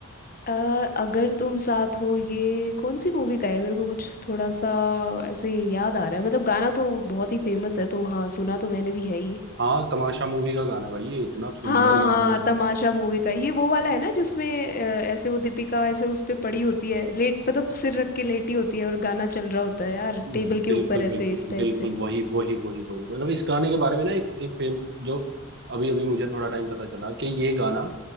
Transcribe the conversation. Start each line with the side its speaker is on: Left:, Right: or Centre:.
Left: अ, अगर तुम साथ हो ये कौन सी मूवी का है मेरे को कुछ थोड़ा सा ऐसे याद आ रहा है मतलब गाना तो बहुत ही फेमस है तो हाँ सुना तो मैंने भी है ही
Right: हाँ तमाशा मूवी का गाना है भाई ये इतना सुंदर
Left: हाँ हाँ
Right: गाना है
Left: तमाशा मूवी का ये वो वाला है ना जिसमें अ, ऐसे वो दीपिका ऐसे उस पे पड़ी होती है लेट मतलब सिर रख के लेटी होती है और गाना चल रहा होता है यार
Right: बिल्कुल
Left: टेबल के ऊपर ऐसे
Right: बिल्कुल
Left: इस टाइप
Right: बिल्कुल
Left: से
Right: वही वही वही वही मतलब इस गाने के बारे में ना एक एक फेम जो अभी अभी मुझे थोड़ा टाइम पता चला कि ये गाना